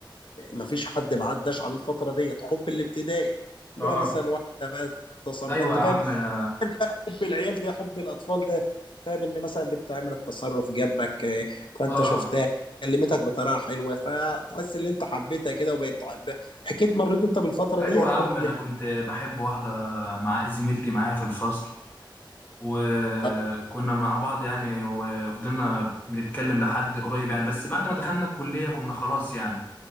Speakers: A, on the left; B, on the left.
A: مفيش حد ما عداش على الفتره ديت حب الابتدائي اللي
B: اه
A: هو مثلا واحده بقى التصرف
B: ايوه
A: انت
B: يا
A: فاهم
B: عم انا
A: حب العيال ده حب الاطفال ده فاهم ان مثلا بنت عملت التصرف جنبك آه، فانت
B: اه
A: شفتها كلمتك بطريقه حلوه فتحس ان انت حبيتها كده وبقيت تحبها اكيد مريت انت بالفتره
B: ايوه
A: ديت
B: يا
A: حب
B: عم انا
A: ال-
B: كنت بحب واحده مع زميلتي معايا في الفصل وكنا
A: اه
B: مع بعض يعني وفضلنا بنتكلم لحد قريب يعني بس بعد ما دخلنا الكليه كنا خلاص يعني